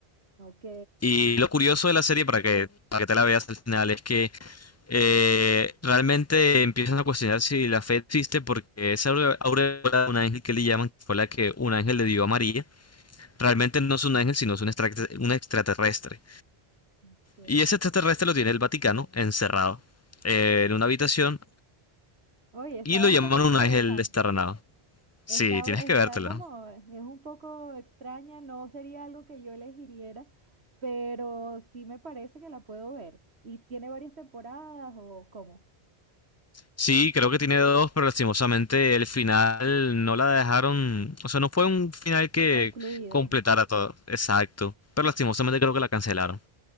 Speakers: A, on the right; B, on the left.
A: Ok,
B: Y lo curioso de la serie, para que, para que te la veas al final, es que eh, realmente empiezan a cuestionar si la fe existe porque esa aure- aureola de un ángel que le llaman, que fue la que un ángel le dio a María, realmente no es un ángel, sino es un, extra- un extraterrestre.
A: ok.
B: Y ese extraterrestre lo tiene el Vaticano encerrado eh, en una habitación
A: Oye, está
B: y lo
A: bastante
B: llaman un
A: interesante.
B: ángel desterranado.
A: Está,
B: Sí, tienes
A: está
B: que vértela.
A: como, es un poco extraña, no sería algo que yo elegiría, pero sí me parece que la puedo ver. ¿Y tiene varias temporadas o cómo?
B: Sí, creo que tiene dos, pero lastimosamente el final no la dejaron, o sea, no fue un final que
A: Concluido.
B: completara todo. Exacto. Pero lastimosamente creo que la cancelaron.